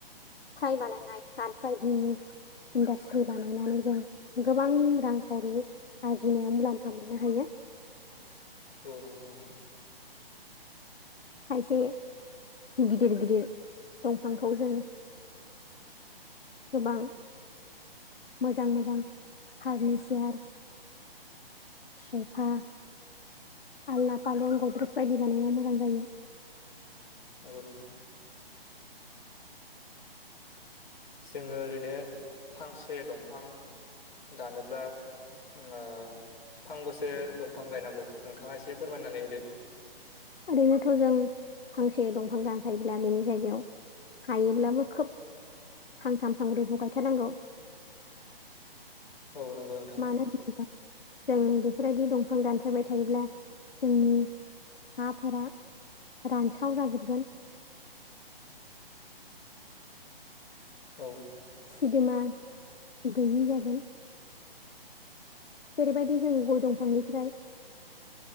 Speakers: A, on the left (about 70°); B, on the left (about 50°).
A: फ्राय बानायाय काट बायदिनि इन्डास्ट्रि बानायनानै जों गोबां रांखावरि आरजिनायाव मुलाम्फा मोननो हायो
B: <inaudible> औ नंगौ नोंथां
A: खायसे गिदिर गिदिर दंफांखौ जों गोबां मोजां मोजां फार्निचार सफा आलना फालें गद्रेस बायदि बानायनायाव मोजां जायो
B: नंगौ नोंथां जोङो ओरैनो फांसे दंफां दानोब्ला ओ फांबैसो दंफां गायनांगौ नोंथाङा एसे फोरमायनानै होदो
A: ओरैनोथ' जों फांसे दंफां दानफायोब्ला बेनि जायगायाव हायोब्लाबो खोब फांथाम फांब्रैखौ गायथारनांगौ
B: <inaudible> औ नंगौ नोंथां
A: मानो होनोब्ला जों बेफोरबायदि दंफां दानफ्लायबाय थायोब्ला जोंनि हाफोरा रानस्राव जाजोबगोन
B: औ
A: सिदोमा गैयि जागोन जेरैबायदि जों गय दंफांनिफ्राय